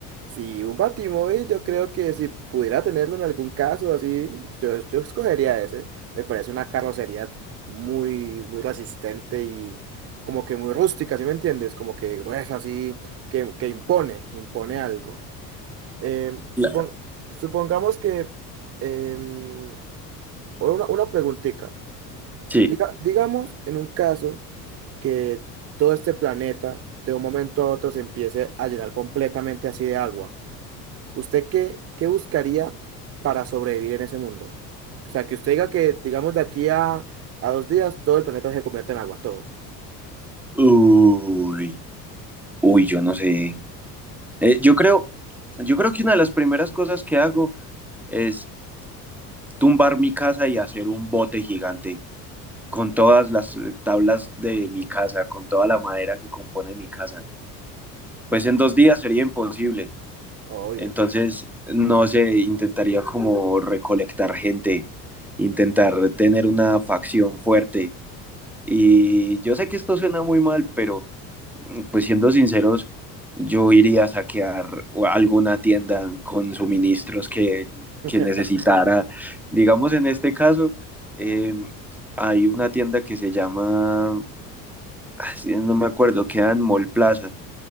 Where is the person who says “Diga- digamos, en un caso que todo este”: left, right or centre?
Right